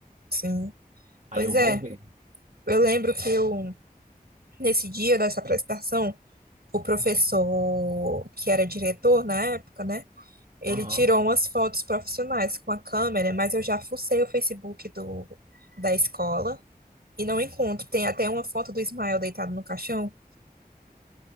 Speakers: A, on the right (about 80°); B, on the right (about 50°).
A: sim.
B: Aí
A: Pois
B: eu
A: é,
B: vou ver.
A: eu lembro que eu, nesse dia dessa apresentação. o professor que era diretor na época, né? Ele
B: Aham,
A: tirou umas fotos profissionais com a câmera, mas eu já fucei o Facebook do, da escola e não encontro. Tem até uma foto do Ismael deitado no caixão.